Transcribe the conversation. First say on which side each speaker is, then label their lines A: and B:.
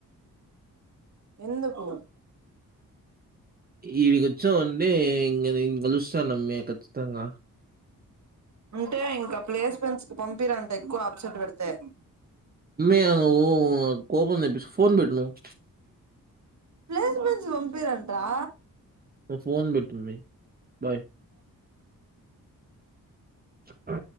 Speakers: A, on the right; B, on the right.
A: ఎందుకు
B: ఈడికి వచ్చావంటే ఇన్ ఇంకా కలుస్తానమ్మే ఖచ్చితంగా
A: ఉంటే ఇంకా ప్లేస్మెంట్స్ కు పంపిరంట ఎక్కువ అప్సెట్ పెడితే
B: అమ్మిగా నువ్వు కోపం తెప్పించక్ ఫోన్ పెట్టు నువ్
A: ప్లేస్మెంట్స్ కు పంపియారాంట్రా
B: నువ్ ఫోన్ పెట్టమ్మి బాయ్ ఆ